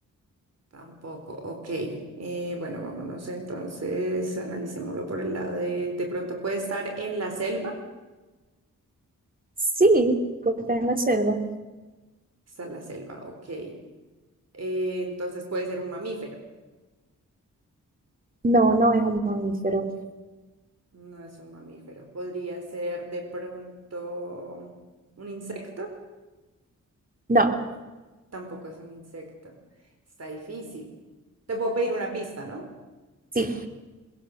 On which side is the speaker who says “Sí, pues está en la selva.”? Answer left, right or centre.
Right